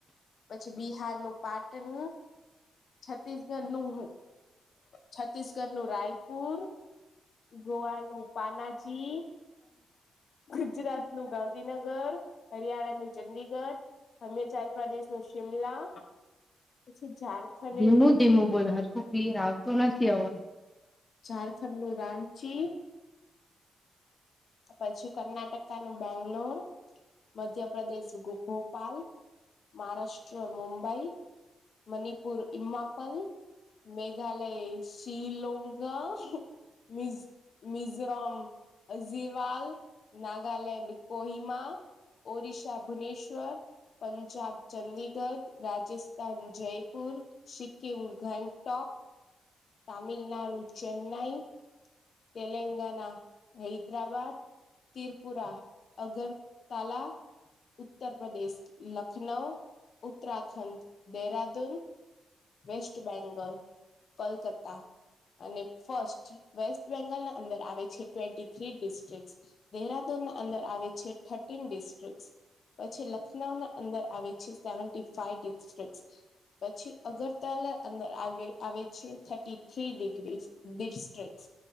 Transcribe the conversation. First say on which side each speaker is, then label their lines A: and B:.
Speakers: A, on the left; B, on the left.
A: પછી બિહારનું પાટન છત્તીસગઢનું છત્તીસગઢનું રાયપુર ગોવાનું પાનાજી ગુજરાત નું ગા ધીનગર હરિયાણાનું ચંદીગઢ, હમયચલ પ્રદેશનું શિમલા, પછી ઝારખંડ
B: ધીમું
A: નું
B: ધીમું બોલ હરખું ક્લિયર આવતું નથી અવાજ
A: ઝારખંડનું રાંચી પછી કર્ણાટકાનું બેંગ્લોર મધ્યપ્રદેશ ગો ભોપાલ મહારાષ્ટ્ર મુંબઈ, મનિપુર ઇમાપલ, મેઘાલય શ્રીલોનકા, મિઝ મિઝરામ ઝીવાલ, નાગલેન્ડ કોહિમા, ઓરિશા ભુવનેશ્વર, પંજાબ ચંદી ગઢ, રાજસ્થાન જયપુર, સિક્કિમ ગેંગટોક, તામિલનાડુ ચેન્નાઈ, તેલંગના હૈદરાબાદ, ત્રિપુરા અગરતાલા, ઉત્તર પ્રદેશ લખનઉ, ઉત્તરાખંડ દેરાદૂન, વેસ્ટ બેંગલ કલકત્તા, અને ફસ્ટ વેસ્ટ બેંગાલના અંદર આવે છે ટ્વેન્ટી થ્રી ડિસ્ટ્રિક દેહરાદૂનના અંદર આવે છે થર્ટીન ડિસ્ટ્રિક્ટ પછી લખનઉ ના અંદર આવે છે સેવી ફાઈવ ડિસ્ટ્રિક પછી અગરતલ અંદર આગે આવે છે થર્ટી થ્રી ડિગ્રી ડિસ્ટ્રિક્ટ